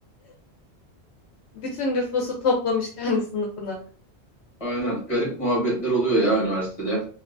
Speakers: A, on the left; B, on the left.
A: Bütün nüfusu toplamış kendi sınıfına.
B: Aynen garip muhabbetler oluyor ya üniversitede.